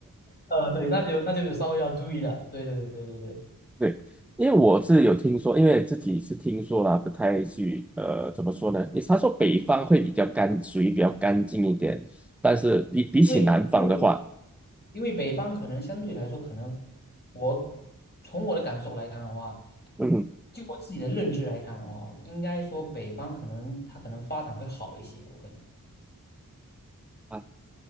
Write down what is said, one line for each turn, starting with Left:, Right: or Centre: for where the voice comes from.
Left: 呃，对，那就那就稍微要注意了。对对对对对，
Centre: 对，因为我是有听说，因为自己是听说啦，不太去呃，怎么说呢？也他说北方会比较干，属于比较干净一点，但是比比起南方的话，
Left: 因为因为因为北方可能相对来说，可能我从我的感受来看的话，
Centre: 嗯，
Left: 就我自己的认知来看的话，应该说北方可能它可能发展会好一些，我可能，
Centre: 啊，